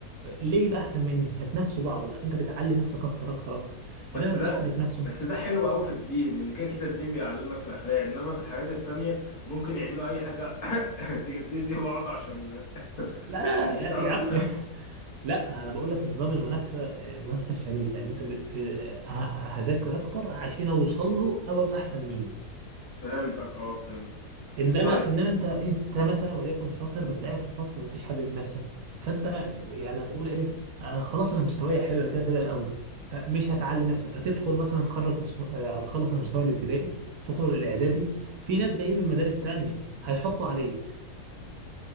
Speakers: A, on the right; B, on the left.
A: ليه يبقى احسن مني فتنافسوا بعض بقى انت بتعلي نفسك اكتر اكتر اكتر
B: بس
A: انما مفيش
B: ده
A: حد يتنافسه
B: بس ده حلو قوي في الدين لان كده كده الدين بيعلمك الاخلاق انما في الحاجات التانية ممكن يعملوا اي حاجة <coughs> ت- تأذي بعض عشان
A: لا لا
B: عشان يشتغل
A: لا لا يا عم <laughs> لا انا بقول لك نظام المنافسه المنافسه الشريفه ان انت ب... آه، ه- هذاكر اكتر عشان اوصل له او ابقى احسن منه
B: <coughs> فهمتك اه فهمتك
A: انما
B: طيب
A: انما انت انت مثلا وليكن شاطر بس قاعد في فصل ما فيش حد بينافسك فانت يعني هتقول ايه آه خلاص انا مستواي حلو انا كده كده الاول فمش هتعلي نفسك هتدخل مثلا تخرج مس- آه، هتخلص المستوى الابتدائي تدخل الاعدادي في ناس جايين من مدارس تانية هيحطوا عليك